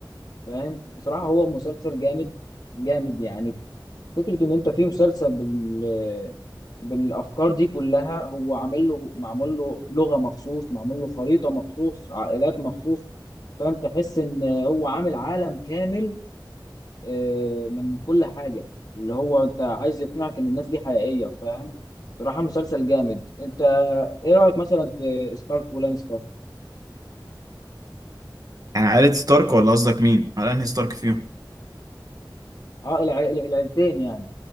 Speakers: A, on the left (about 55°); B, on the right (about 50°).
A: فاهم بصراحه هو مسلسل جامد جامد يعني فكرة إن أنت في مسلسل بال بالأفكار دي كلها هو عامل له معمول له لغة مخصوص معمول له خريطة مخصوص عائلات مخصوص فاهم تحس إن هو عامل عالم كامل آه، من كل حاجة اللي هو أنت عايز يقنعك إن الناس دي حقيقية فاهم بصراحة مسلسل جامد أنت إيه رأيك مثلا في ستارك ولانستر؟
B: يعني عائلة ستارك ولا قصدك مين؟ على انهي ستارك فيهم؟
A: أه الع- العيلتين يعني